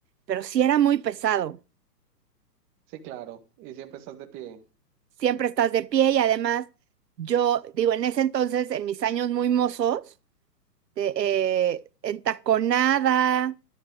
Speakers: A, on the right; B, on the right.
A: pero sí era muy pesado.
B: sí, claro, y siempre estás de pie.
A: Siempre estás de pie y además yo, digo, en ese entonces, en mis años muy mozos, de, eh, entaconada.